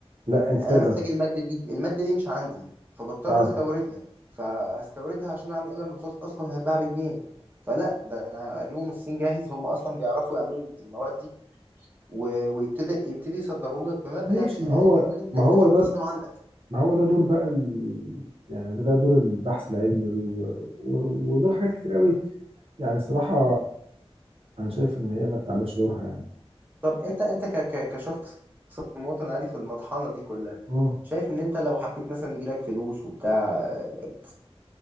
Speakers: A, on the right; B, on the right.
A: لا
B: آه،
A: انت تقدر
B: انا محتاج الماده دي الماده دي مش عندي فبضطر
A: اه
B: استوردها فهستوردها عشان اعمل قلم رصاص اصلا هيتباع بجنيه فلا ده انا اجيبه من الصين جاهز هم اصلا بيعرفوا يعملوا المواد دي و- ويبتدي يبتدي يصدروا لك بمبلغ
A: ماشي ما
B: اقل
A: هو
B: من
A: ما
B: تكلفه
A: هو
B: التصنيع
A: ده
B: عندك
A: ما هو ده دور بقى ال... يعني ده, ده دور البحث العلمي و... و... ودور حاجات كتير قوي يعني الصراحه انا شايف ان هي ما تعملش دورها يعني
B: طب انت انت ك ك كشخص مواطن عادي في المطحنة دي كلها
A: مم.
B: شايف ان انت لو حبيت مثلا يجيلك فلوس وبتاع آه،